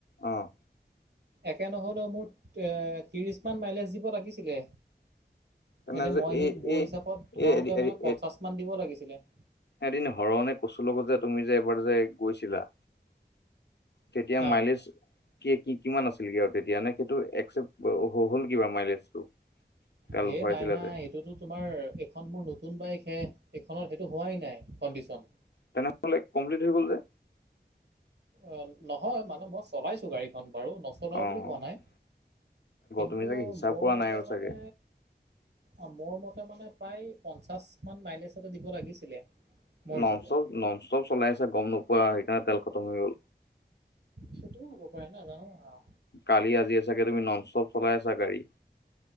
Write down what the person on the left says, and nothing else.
অঁ।
তেনে
যে
এই
এই
এ
এ
এদিন হৰ নে কচুৰ লগত যে তুমি যে এবাৰ যে গৈছিলা। তেতিয়া
মাইলেজ কি কিমান আছিলগে আৰু তেতিয়া? নে সেইটো একচেপ্ট হ হ'ল কিবা মাইলেজটো? তেল
ভৰাইছিলা
যে
তেনেহলে কমপ্লিট হৈ গ'ল যে?
অ
তুমি চাগে হিচাপ
কৰা
নাই আৰু
চাগে
নন'
ষ্টপ, নন' ষ্টপ চলাই আছা গম নোপোৱা, সেইকাৰণে তেল খতম হৈ গ'ল।
কালি-আজিয়ে চাগে তুমি নন' ষ্টপ চলাই আছা গাড়ী।